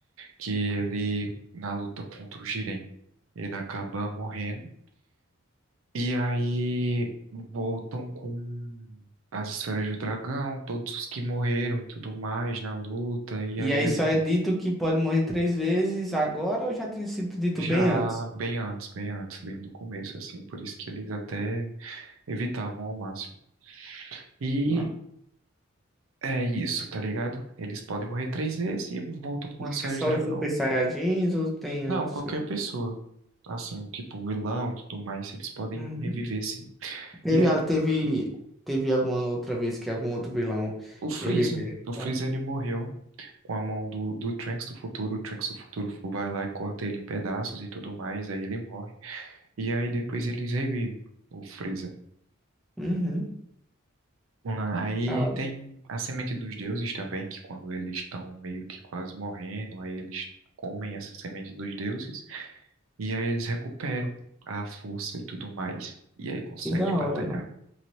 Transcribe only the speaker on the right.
que ele, na luta contra o Jiren, ele acaba morrendo. E aí voltam com as esferas do dragão, todos os que morreram e tudo mais na luta. E
aí
ele
volta.
já
bem antes, bem antes, bem do começo, assim. Por isso que eles até evitavam ao máximo. E
é isso, tá ligado? Eles podem morrer três vezes e voltam com
as esferas
do dragão.
Não,
qualquer pessoa. Assim, tipo vilão e tudo mais, eles podem
reviver, sim.
E aí
O Freeza.
O Freeza
ele morreu com a mão do, do Trunks do futuro. O Trunks do futuro vai lá e corta ele em pedaços e tudo mais. Aí ele morre. E aí depois eles revivem o Freeza.
Ah, Aí
tem a semente dos deuses também, que quando eles estão meio que quase morrendo, aí eles comem essa semente dos deuses. E aí eles recuperam a força e tudo mais. E aí conseguem
batalhar.